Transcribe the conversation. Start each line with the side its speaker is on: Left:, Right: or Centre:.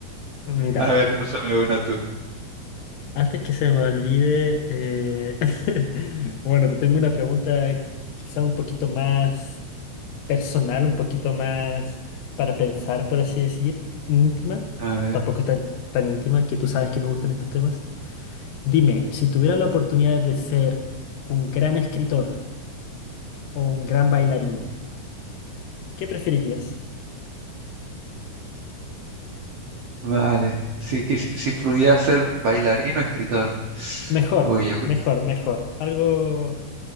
Left: Mira,
Right: A ver, lánzame una tú.
Left: antes que se me olvide, eh, <laughs> bueno, te tengo una pregunta eh, quizá un poquito más personal, un poquito más para pensar, por así decir, íntima,
Right: A ver,
Left: tampoco tan, tan íntima, que tú sabes que me gustan estos temas. Dime, si tuviera la oportunidad de ser un gran escritor o un gran bailarín, ¿qué preferirías?
Right: vale. Si, quis- si pudiera ser bailarín o escritor.
Left: Mejor,
Right: Uy, yo creo.
Left: mejor, mejor. Algo...